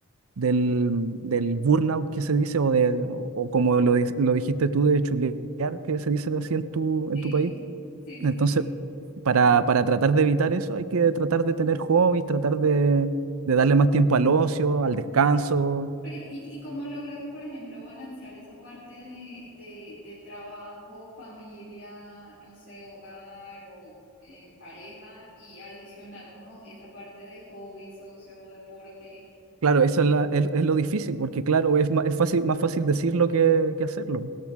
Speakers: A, on the right; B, on the left.
A: del, del burnout que se dice o, de, o o como lo, di- lo dijiste tú de chulear que se dice así en tu, en
B: Sí,
A: tu país.
B: sí,
A: Entonces,
B: sí, sí.
A: para, para tratar de evitar eso hay que tratar de tener hobbies, tratar de, de darle más tiempo al ocio, al descanso.
B: Pero, ¿y, y cómo logras, por ejemplo, balancear esa parte de, de, de trabajo, familia, no sé, hogar o eh, pareja y adicional como esa parte de hobby, socio, deporte?
A: Claro, eso es, la- es- es lo difícil, porque claro, es, ma- es fácil, más fácil decirlo que, que hacerlo.